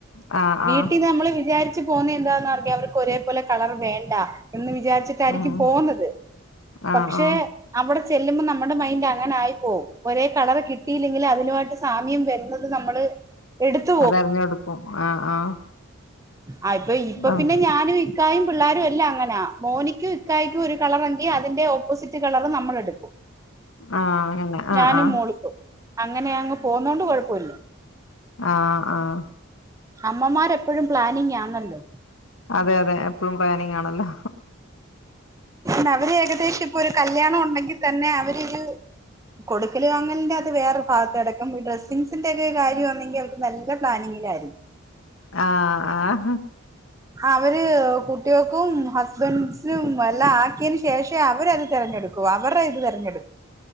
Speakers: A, on the left (about 75°); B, on the right (about 15°).
A: ആഹ്
B: വീട്ടിൽന്ന്
A: ആഹ്
B: നമ്മള് വിചാരിച്ചു പോകുന്ന എന്താ അവർക്ക് ഒരേപോലെ കളർ വേണ്ട എന്ന് വിചാരിച്ച ക്കായിരിക്കും
A: ഉം ഉം
B: പോകുന്നത്
A: ആഹ്
B: പക്ഷേ
A: ആഹ്
B: അവിടെ ചെല്ലുമ്പോൾ നമ്മുടെ മൈൻറ് അങ്ങനായി പോകും ഒരേ കളർ കിട്ടിയില്ലെങ്കിൽ അതിനു വേണ്ടി സാമ്യം വരുന്നത് നമ്മൾ എടുത്ത്
A: അതെറിഞ്ഞ കൊടുക്കും ആഹ് ആഹ്
B: ആഹ് ഇപ്പൊ ഇപ്പൊ
A: ആഹ്
B: പിന്നെ ഞാനും ഇക്കായും പിള്ളോരും എല്ലാം അങ്ങനെയാ മോനിക്കും ഇക്കായക്കും ഒരു കളർങ്കി അതിന്റെ ഓപ്പോസിറ്റ് കളർ നമ്മള് എടുക്കും
A: ആഹ് അങ്ങനെ ആഹ്
B: ഞാനും
A: ആഹ്
B: മോളിക്കു അങ്ങനെ അങ്ങ് പോകുന്നതോണ്ട് കുഴപ്പമില്ല
A: ആഹ് ആഹ്
B: അമ്മമാരെപ്പോഴും പ്ലാനിങ് ആണല്ലോ
A: അതെ അതെ എപ്പോഴും പ്ലാനിങ് ആണല്ലോ
B: ന്നാ അവര് ഏകദേശം ഇപ്പൊ ഒരു കല്യാണം ഉണ്ടെങ്കിൽ തന്നെ അവരൊരു കൊടുക്കൽ വാങ്ങലിന്റെ അത് വേറെ ഭാഗത്ത് കടക്കും ഡ്രെസിഗ്സിന്റെ ഒക്കെ കാര്യംമാനണെ ങ്ക നല്ല പ്ലാനിങ്ങിലായിരുന്നു
A: ആഹ് ആഹ്
B: അവര് കുട്ടികൾക്കും ഹസ്ബൻഡസിനും എല്ലാം ആക്കിയന് ശേഷം അവരത് തിരഞ്ഞെടുക്കും ആ അവരുടെ ഇത് തിരഞ്ഞെടുക്കും